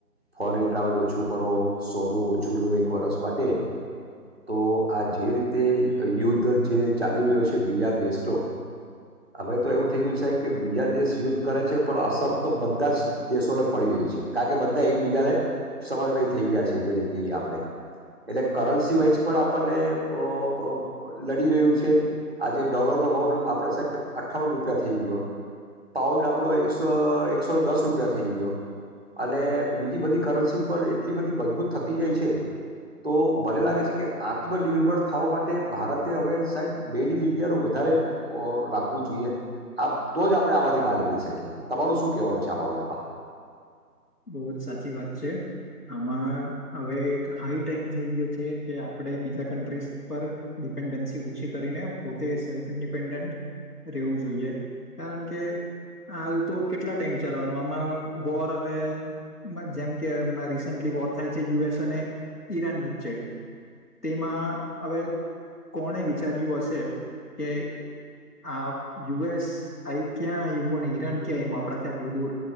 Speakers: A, on the right; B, on the left.
A: ફોરેન ટ્રાવેલ ઓછું કરો સોનુંું ઓછું લો એક વરષ માટે તો આ જે રીતે યુદ્ધ જે ચાલી રહ્યો છે. બીજા દેશ હવે તો એવું થઈ ગયું સાહેબ કે બીજા દેશ યુદ્ધ કરે છે પણ અસર તો બધા જ દેશોને પડી રહી છે કારણ કે બધા એકબીજાને સલવય થઈ ગયા છે જેને કે આપણે એટલે કરન્સી વાઈઝ પણ આપણને લડી રહ્યું છે. આજે ડોલરનો ભાવ આપણે સાહેબ અઠ્ઠાણું રૂપિયા થઈ ગયો પાઉડ આપણો એકસો એકસો દસ રૂપિયા થઈ ગયો અને બીજી બધી કરન્સી પર એટલી બધી મજબૂત થતી જાય છે તો મને લાગે છે કે આત્મનિર્ભર થવા માટે ભારતે હવે સાહેબ બેડી લી. વધારે રાખવું જોઈએ તો જ આપણે આમાંથી બહાર નીકળી શકીએ તમાર શું કેહેવાનું છે આ બાબતમાં.
B: બહુ જ સાચી વાત છે આમાં હવે એક હાઈ ટાઈમ થઈ ગયો છે કે આપણે બીજા કન્ટ્રીઝ પર ડિપેન્ડન્સી ઓછી કરીને પોતે સેલ્ફ ઇન્ડિપેન્ડન્ટ રહેવું જોઈએ કારણ કે આવું તો કેટલા ટાઈમ ચાલવાનો આમાં વોર હવે. જેમ કે એમના રિસેન્ટલી વોર થાય છે યુએસ અને ઈરાન વચ્ચે તેમાં હવે કોણે વિચાર્યું હશે કે આ યુએસ આ ક્યાં આવ્યું અને ઈરાન ક્યાં આવ આપણા આટલું દૂર